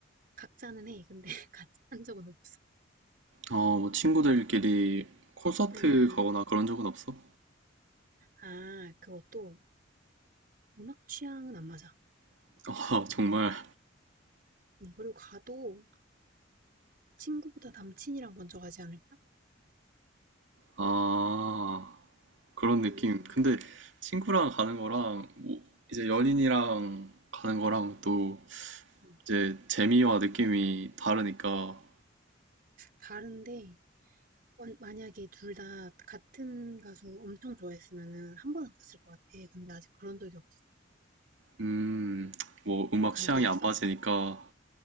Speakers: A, on the right; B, on the right.
A: 각자는 해. 근데 <laughs> 같이 한 적은 없어.
B: 어, 뭐 친구들끼리 콘서트
A: 음 음.
B: 가거나 그런 적은 없어?
A: 아 그것도 음악 취향은 안 맞아.
B: <laughs> 아, 정말.
A: 음 그리고 가도 친구보다 남친이랑 먼저 가지 않을까?
B: 아, 그런 느낌.
A: 음음.
B: 근데 친구랑 가는 거랑 뭐 이제 연인이랑 가는 거랑 또
A: 음. 음.
B: 이제 재미와 느낌이 다르니까
A: 다른데 원- 만약에 둘 다 같은 가수 엄청 좋아했으면은 한 번은 갔을 것 같아. 근데 아직 그런 적이 없어.
B: 음, 뭐 음악
A: 너 간
B: 취향이
A: 적 있어?
B: 안 맞으니까